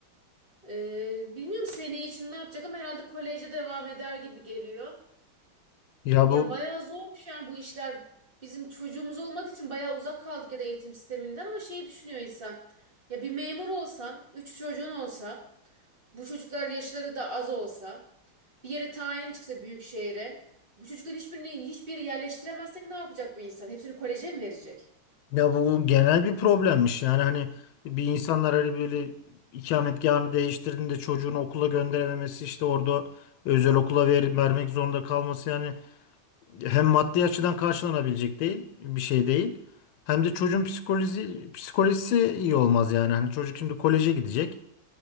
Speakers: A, on the right (about 25°); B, on the left (about 80°).
A: E, bilmiyorum seneye için ne yapacak ama herhalde koleje devam eder gibi geliyor.
B: Ya bu
A: Ya bayağı zormuş yani bu işler. Bizim çocuğumuz olmadığı için bayağı uzak kaldık ya da eğitim sisteminden ama şey düşünüyor insan. Ya bir memur olsan, üç çocuğun olsa, bu çocuklar yaşları da az olsa, bir yere tayin çıksa büyük şehre, bu çocukların hiçbirini hiçbir yere yerleştiremezsek ne yapacak bu insan? Hepsini koleje mi verecek?
B: ya bu genel bir problemmiş. Yani hani bir insanlar hani böyle ikametgahını değiştirdiğinde çocuğunu okula gönderememesi işte orada özel okula ver, vermek zorunda kalması yani hem maddi açıdan karşılanabilecek değil bir şey değil. Hem de çocuğun psikoloji psikolojisi iyi olmaz yani. Hani çocuk şimdi koleje gidecek.